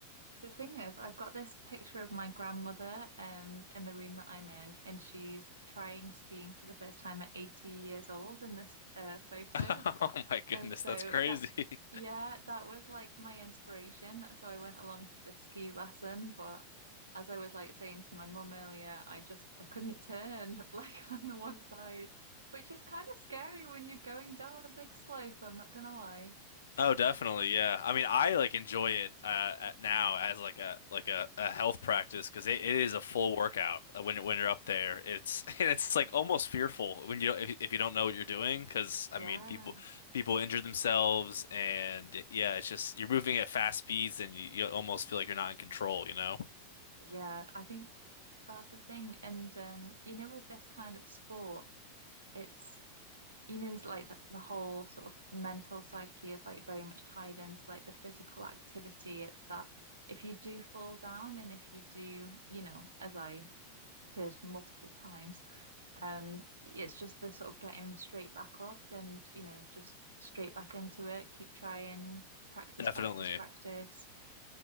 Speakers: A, on the right (about 75°); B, on the left (about 65°).
A: the thing is, I've got this picture of my grandmother um, in the room that I'm in, and she's trying skiing for the first time at 80 years old in this uh, photo.
B: <laughs> Oh my goodness,
A: And so
B: that's crazy.
A: that, yeah, that was like my inspiration. So I went along to this ski lesson, but as I was like saying to my mum earlier, I just I couldn't turn <laughs> like on the one side, which is kind of scary when you're going down a big slope, I'm not gonna lie.
B: Oh, definitely, yeah. I mean, I like enjoy it uh at now as like a like a, a health practice because it, it is a full
A: Mm.
B: workout uh, when you're when you're up there. It's <laughs> and it's like almost fearful when you don't- if if you don't know what you're doing because
A: Yeah.
B: I mean people people injure themselves and yeah, it's just you're moving at fast speeds and you, you almost feel like you're not in control, you know?
A: Yeah, I think that's the thing. And um, you know, with this kind of sport, it's you know, it's like the, the whole sort of mental psyche is like very much tied into like the physical activity. It's that if you do fall down and if you do, you know, as I did multiple times, um, it's just the sort of getting straight back up and, you know, just straight back into it, keep trying, practice,
B: Definitely.
A: practice, practice.